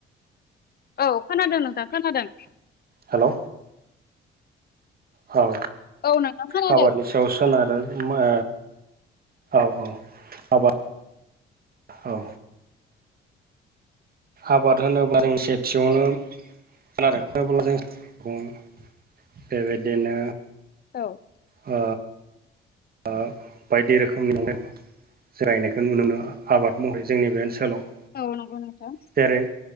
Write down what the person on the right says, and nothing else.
हेल' औ
आबादनि सायाव सोनारो माआ औ औ आबाद औ आबाद होनोब्ला जों सेथियावनो खोनादों होनोब्ला जों <unintelligible> थिग बिदिनो
ओ आ बायदि रोखोमनि जिरायनायखौ नुनो मोनो आबाद महरै जोंनि बे ओनसोलाव
जेरै